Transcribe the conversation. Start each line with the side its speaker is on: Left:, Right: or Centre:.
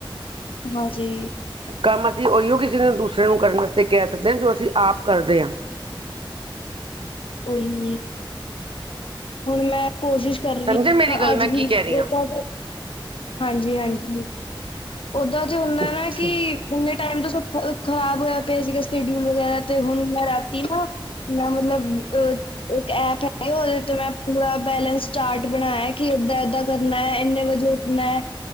Left: ਹਾਂਜੀ
Right: ਕੰਮ ਅਸੀਂ ਉਹੀਓ ਕਿਸੇ ਨੂੰ ਦੂਸਰੇ ਨੂੰ ਕਰਨ ਵਾਸਤੇ ਕਹਿ ਸਕਦੇ ਹਾਂ ਜੋ ਅਸੀਂ ਆਪ ਕਰਦੇ ਹਾਂ
Left: ਉਹੀ ਹੁਣ ਮੈਂ ਕੋਸ਼ਿਸ਼ ਕਰ ਰਹੀ
Right: ਸਮਝੇ ਮੇਰੀ ਗੱਲ
Left: ਅੱਜ
Right: ਮੈਂ
Left: ਵੀ
Right: ਕੀ
Left: <unintelligible>
Right: ਕਹਿ ਰਹੀ ਹਾਂ
Left: ਹਾਂਜੀ ਹਾਂਜੀ ਓਦਾਂ ਜ ਹੁੰਦਾ ਨਾ
Right: ਅੱਛਾ
Left: ਕਿ ੰਨੇ ਟਾਈਮ ਤੋਂ ਸ ਖ਼ਰਾਬ ਹੋਇਆ ਪਿਆ ਸੀਗਾ ਸ਼ਡਿਊਲ ਵਗੈਰਾ ਤੇ ਹੁਣ ਮੈਂ ਰਾਤੀ ਨਾ ਮ ਮਤਲਬ ਅ ਇੱਕ ਐਪ ਹੈਗੀ ਉਹਦੇ ਤੋਂ ਮੈਂ ਪੂਰਾ ਬੈਲੈਂਸ ਚਾਰਟ ਬਣਾਇਆ ਕਿ ਏਦਾਂ ਏਦਾਂ ਕਰਨਾ ਹੈ ਇੰਨੇ ਵਜੇ ਉੱਠਨਾ ਹੈ